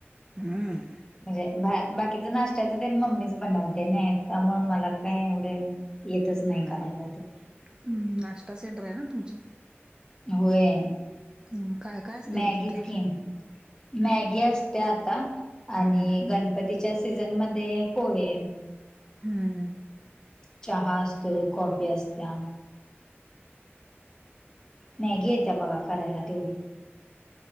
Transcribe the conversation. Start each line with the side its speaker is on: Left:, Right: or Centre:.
Right: हम्म
Left: म्हणजे बाकीच नाश्त्याचं तेन मम्मीच बनवते ना त्यामुळे मला काय एवढं येतच नाही
Right: हम्म
Left: करायला ते.
Right: हम्म नाश्ता सेंटर आहे ना तुमचं?
Left: होय
Right: हम्म काय काय असते
Left: मॅगीज
Right: मग तिथं?
Left: किज. मॅगी असतिया आता आणि
Right: हम्म
Left: गणपतीच्या सीझनमध्ये पोहे.
Right: हम्म
Left: चहा असतो कॉफी असतीया. मॅगी येतीया बघा करायला तेवढी